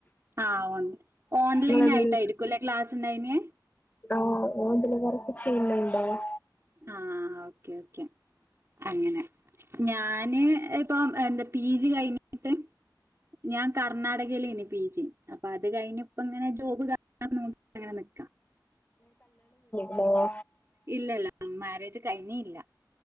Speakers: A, on the right; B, on the left.
A: ആ ഓൺലൈ ഓൺലൈൻ
B: നിങ്ങളെന്തേലും
A: ആയിട്ട് ആയിരിക്കും അല്ലേ ക്ലാസ് സ് ഉണ്ടായിന്
B: ആഹ ഓൻ എന്തേലും വർക്ക് ചെയ്യുന്നുണ്ടാവും
A: ആഹ ഓക്കെ ഓക്കെ അങ്ങനെ ഞാന് ഇപ്പം എന്താ പീ ജി കഴിഞ്ഞിട്ട് ഞാൻ കർണാടകയിന് പീ ജി അപ്പൊ അത് കഴിഞ്ഞ ഇപ്പ ഇങ്ങനെ ജോബ് ക നോ അങ്ങനെ നിക്കാ
B: ഹലോ
A: ഇല്ലല്ല മാരേജ് കഴിഞ്ഞ ഇല്ല